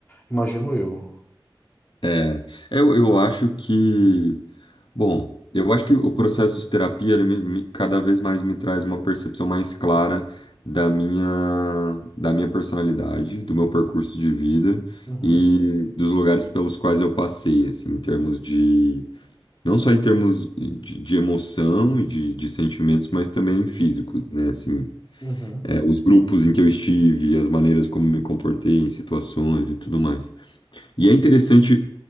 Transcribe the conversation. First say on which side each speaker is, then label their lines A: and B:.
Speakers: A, on the left; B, on the left.
A: Imagino eu.
B: É, eu, eu acho que, bom, eu acho que o processo de terapia, ele me, me- cada vez mais me traz uma percepção mais clara da minha, da minha personalidade, do meu percurso de vida
A: Uhum,
B: e dos lugares pelos quais eu passei, assim, em termos de, não só em termos de, de emoção e de, de sentimentos, mas também físicos, né, assim,
A: uhum,
B: é, os grupos em que eu estive, as maneiras como me comportei em situações e tudo mais. E é interessante